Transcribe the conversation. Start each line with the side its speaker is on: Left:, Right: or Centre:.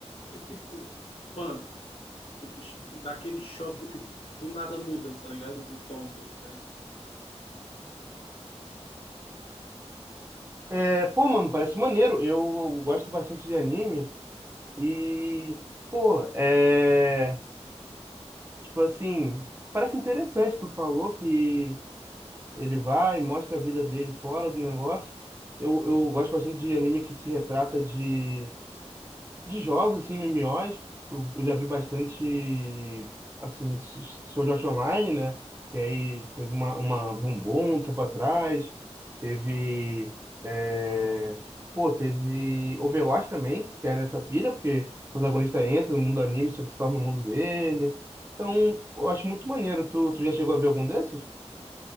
Left: e, tipo, mano, tipo, dá aquele choque, tipo, do nada muda, tá ligado? O tom do anime.
Right: É, pô, mano, parece maneiro. Eu gosto bastante de anime e, pô, é. Tipo assim, parece interessante. Tu falou que. Ele vai, mostra a vida dele fora do negócio. Eu, eu gosto bastante de anime que se retrata de, de jogos, assim, MMOs. Eu, eu já vi bastante, assim, Sword Art Online, né? E aí teve uma, uma Bombom um tempo atrás. Teve, é, pô, teve Overwatch também, que é nessa pira, porque o protagonista entra no mundo do anime, só que se torna no mundo dele. Então, eu acho muito maneiro. Tu, tu já chegou a ver algum desses?